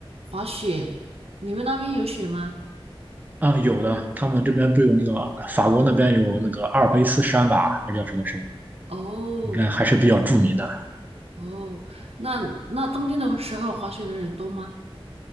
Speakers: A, on the right; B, on the right.
A: 滑雪。你们那边有雪吗？
B: 啊、有的，他们这边不有那个法国那边有那个阿尔卑斯山吧，还叫什么山，
A: 哦
B: 应该还是比较著名的。
A: 哦，那那冬天的时候滑雪的人多吗？